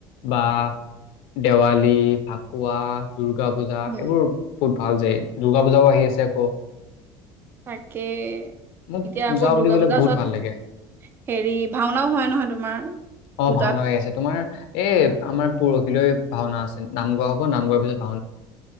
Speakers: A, on the left; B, on the right.
A: বা দেৱালী, ফাকুৱা দুৰ্গা পূজা
B: উম,
A: এইবোৰ বহুত ভাল যায়, দুৰ্গা পূজাও আহি আছে আকৌ।
B: তাকে
A: মোক
B: এতিয়া
A: পূজা
B: আকৌ
A: বুলি
B: দুৰ্গা
A: ক'লে
B: পূজাৰ
A: বহুত
B: ওচৰত
A: ভাল লাগে
B: হেৰি ভাওনাও হয় নহয় তোমাৰ?
A: অ
B: পূজাত
A: ভাওনা হৈ আছে তোমাৰ এ আমাৰ পৰহিলৈ ভাওনা আছে, নাম গোৱা হব নাম গোৱাৰ পিছত ভাওন